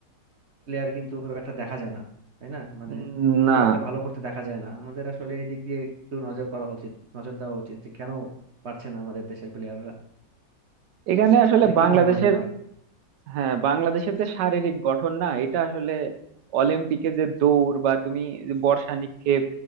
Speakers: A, on the right; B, on the right.
A: প্লেয়ার কিন্তু খুব একটা দেখা যায় না তাই না মানে
B: উম, না
A: খুব একটা ভালো করতে দেখা যায় না আমাদের আসলে এই দিক দিয়ে একটু নজর করা উচিত নজর দেওয়া উচিত যে কেন পারছে না আমাদের দেশের প্লেয়াররা
B: এখানে আসলে
A: এটা
B: বাংলাদেশের
A: কি মনে হয় তোমার
B: হ্যাঁ বাংলাদেশের যে শারীরিক গঠন না এটা আসলে অলিম্পিকে যে দৌড় বা তুমি যে বর্ষা নিক্ষেপ